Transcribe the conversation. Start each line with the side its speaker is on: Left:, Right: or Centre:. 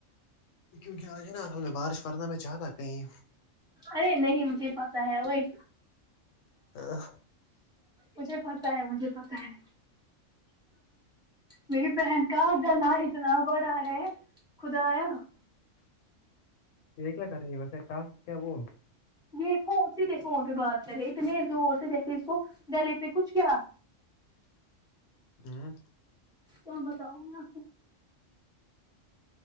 Left: کیونکہ آج ہے نا بارش ورنا میں جاتا کہیں
Centre: ارے نہیں مجھے پتا ہے وہی
Left: ہاں
Centre: مجھے پتا ہے مجھے پتا ہے میری پہن کا گلا اتنا بڑا ہے خدایا
Left: یہ کیا کر رہی ہیں ویسے ٹاسک کیا وہ
Centre: یہ فو سیدھے فون پہ بات کرے اتنے زور سے جیسے اس کو گلے پہ کچھ کیا
Left: ہوں
Centre: کیا بتاؤں آپ کو